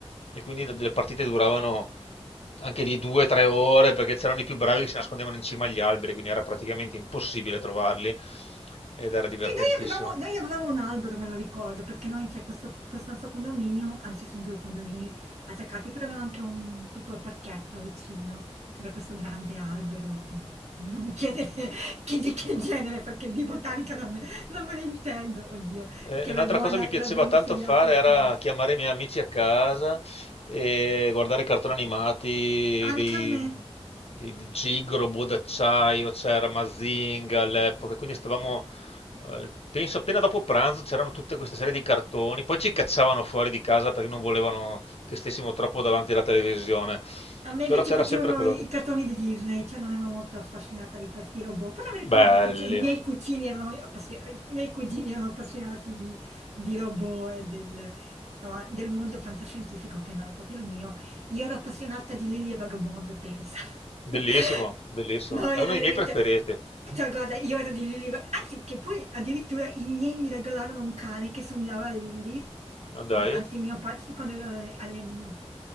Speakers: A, on the left; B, on the right.
A: E quindi le le partite duravano anche lì due o tre ore perché c'erano i più bravi che si nascondevano in cima agli alberi, quindi era praticamente impossibile trovarli ed era divertentissimo.
B: Sì, noi avevamo, noi avevamo un albero, me lo ricordo, perché noi c'è questo, questo nostro condominio, anzi sono due condomini attaccati, però aveva anche un piccolo parchetto vicino e c'era questo grande albero che non mi chiedete che- <laughs> di che
A: Ah.
B: genere, perché di botanica non, non me ne intendo, oddio,
A: Eh,
B: che
A: un'altra
B: vergogna,
A: cosa che mi piaceva
B: l'abbiamo
A: tanto
B: studiato
A: fare
B: a scuola.
A: era chiamare i miei amici a casa e guardare i cartoni animati
B: Anche
A: dei,
B: a me,
A: dei, di Gig, Robot d'acciaio, c'era Mazinga all'epoca, quindi stavamo, eh, penso appena dopo pranzo c'erano tutta questa serie di cartoni, poi ci cacciavano fuori di casa perché non volevano che stessimo troppo davanti alla televisione,
B: A me invece
A: però c'era
B: piacevano
A: sempre quell'ora.
B: i cartoni di Disney, cioè non ero molto affascinata di questi robot, però mi ricordo
A: Belli,
B: che c'è- i miei cugini erano, appassi- i miei cugini erano appassionati di, di robot e del, insomma, del mondo fantascientifico che non è proprio il mio. Io ero appassionata di Lily e Vagabondo, pensa.
A: bellissimo,
B: <laughs>
A: bellissimo,
B: No, io
A: è
B: ero
A: uno dei
B: veramente...
A: miei preferiti.
B: Cioè, guarda, io ero di Lily... e Va- Anzi, che poi addirittura i miei mi regalarono un cane che somigliava a Lily.
A: Ah, dai.
B: Ma no, Anzi, mio padre, sì, quando ero alle- alle-